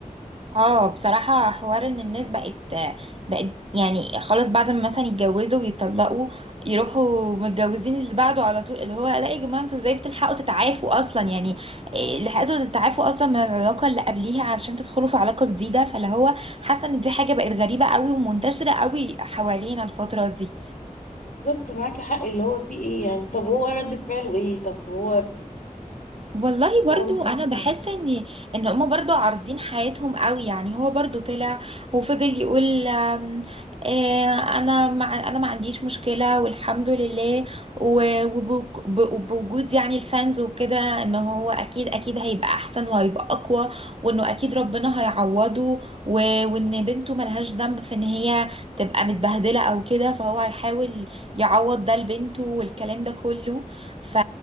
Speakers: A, on the right (about 45°); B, on the left (about 75°).
A: اه بصراحة حوار ان الناس بقت بقت يعني خلاص بعد ما مثلا يتجوزوا ويتطلقوا يروحوا متجوزين اللي بعده على طول اللي هو لا يا جماعة انتوا ازاي بتلحقوا تتعافوا اصلا يعني إيه، لحقتوا تتعافوا اصلا من العلاقة اللي قبليها علشان تدخلوا في علاقة جديدة فاللي هو حاسة ان دي حاجة بقت غريبة قوي ومنتشرة قوي حوالينا الفترة دي
B: بالظبط معاكي حق اللي هو في ايه يعني طب هو ردة فعله ايه طب هو
A: والله برضو
B: هو مش
A: انا
B: عارف
A: بحس
B: يعني
A: ان ان هما برضو عارضين حياتهم قوي يعني هو برضو طلع وفضل يقول آم، آه، انا مع انا ما عنديش مشكلة والحمد لله و- وبوك- ب- وبوجود يعني الفانز وكده ان هو اكيد اكيد هيبقى احسن وهيبقى اقوى وانه اكيد ربنا هيعوضه و- وان بنته ملهاش ذنب في ان هي تبقى متبهدلة او كده فهو هيحاول يعوض ده لبنته والكلام ده كله ف...